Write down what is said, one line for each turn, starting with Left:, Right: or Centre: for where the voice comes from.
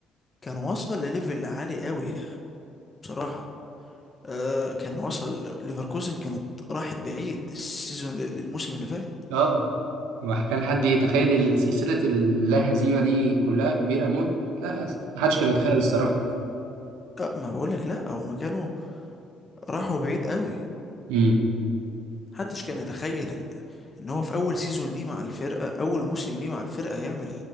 Left: كان وصل لليفل عالي قوي يعني بصراحة آه كان وصل ليفركوزن كانت راحت بعيد السيزون الموسم اللي فات
Right: اه وكان حد يتخيل سلسله اللا هزيمه دي كلها كبيره موت لا محدش كان يتخيل الصراحه
Left: آه ما بقولك لا هما كانوا راحوا بعيد قوي
Right: امم
Left: محدش كان يتخيل ان ان هو في اول سيزون ليه مع الفرقة اول موسم ليه مع الفرقة يعمل